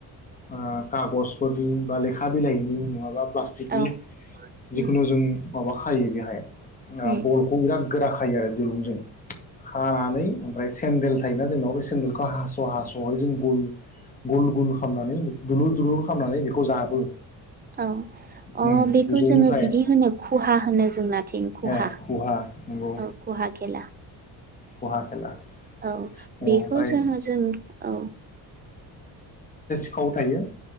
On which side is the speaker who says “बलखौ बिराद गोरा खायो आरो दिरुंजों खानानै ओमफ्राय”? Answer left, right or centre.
Left